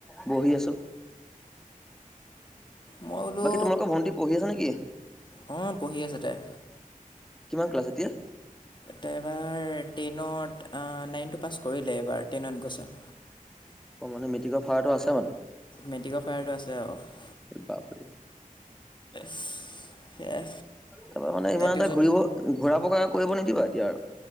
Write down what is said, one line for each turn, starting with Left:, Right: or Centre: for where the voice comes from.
Centre: বহি আছোঁ।
Left: মই বোলো
Centre: বাকী তোমালোকৰ ভন্টি পঢ়ি আছে নেকি?
Left: অঁ পঢ়ি আছে তাই
Centre: কিমান ক্লাছ এতিয়া?
Left: তই এইবাৰ টেনত নাইনটো পাছ কৰিলে এইবাৰ টেনত গৈছে।
Centre: অ মানে মেট্ৰিকৰ ফাৰাটো আছে মানে।
Left: মেট্ৰিকৰ' ফায়াৰটো আছে আৰু।
Centre: এই বাপৰে।
Left: সেয়া
Centre: তাৰপৰা মানে
Left: তাই
Centre: ইমান
Left: তাৰপিছত
Centre: এটা ঘূৰিব ঘূৰা পকা কৰিব নিদিবা এতিয়া আৰু।